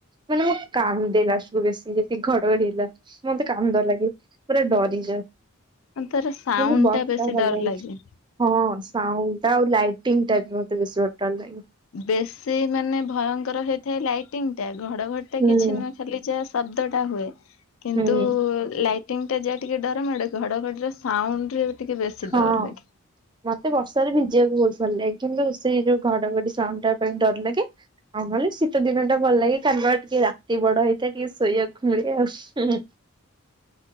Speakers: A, on the right; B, on the left.
A: ମାନେ ମୁଁ। କା‌ନ୍ଦେ ଲାଷ୍ଟ କୁ ବେଶୀ ଯଦି ଘଡଘଡି ହେଲା ମତେ କାନ୍ଦ ଲାଗେ ପୁରା ଡରିଯାଏ।
B: ତାର ସାଉଣ୍ଡ
A: କିନ୍ତୁ ବର୍ଷା
B: ଟା ବେଶୀ
A: ଭଲ
B: ଡର ଲାଗେ।
A: ହଁ ସାଉଣ୍ଡ ଆଉ ଲାଇଟଙ୍ଗ ଟା ବି ମତେ ବେଶୀ ବହୁତ ଡର ଲାଗେ।
B: ବେଶୀ ମାନେ ଭୟଙ୍କର ହେଇଥାଏ ଲାଇଟିଂ ଟା ଘଡଘଡି ଟା
A: ହୁଁ।
B: କିଛି ନୁହେଁ। ଖାଲି ଯାହା ଶବ୍ଦ ଟା ହୁଏ କିନ୍ତୁ
A: ହୁଁ
B: ଲାଇ ଟିଙ୍ଗ ଟା ଯାହା ଟିକେ ଡର ମାଡେ ଘଡ଼ ଘଡି ର ସାଉଣ୍ଡ ରେ। ଟିକେ ବେଶୀ ଡର
A: ହଁ।
B: ଲାଗେ।
A: ମତେ ବର୍ଷାରେ ଭିଜିବାକୁ ବହୁତ ଭଲ ଲାଗେ କିନ୍ତୁ ସେଇ ଯୋଉ ଘଡଘଡି ସାଉଣ୍ଡ ଟା ପାଇଁ ଡର ଲାଗେ। ଆଉ ନହେଲେ ଶୀତ ଦିନ ଟା ଭଲ ଲାଗେ କାରଣ ଟିକେ ରାତି ବଡ ହେଇଥାଏ ଟିକେ ଶୋଇବାକୁ ମିଳେ ଆଉ। ହୁଁ ହୁଁ।